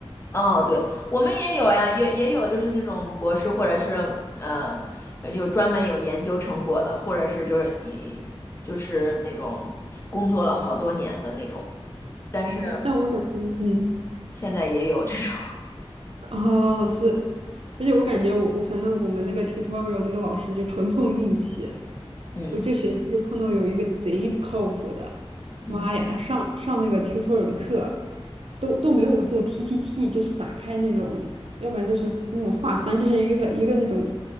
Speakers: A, on the left (about 25°); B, on the right (about 70°).
A: 哦，对，我们也有呀，也也有就是那种博士，或者是呃，呃有专门有研究成果的，或者是就是以就是那种工作了好多年的那种，但是
B: 哦，但我感觉，嗯。
A: 现在也有这种，
B: 哦，是，而且我感觉我我反正我们那个 tutorial 那个老师就纯碰运气，
A: <laughs> 嗯
B: 我这学期就碰到有一个贼不靠谱的，妈呀，
A: 嗯，
B: 上上那个 tutorial 的课都都没有做 PPT，就是打开那种，要不然就是那种画图，反正就是一个一个那种，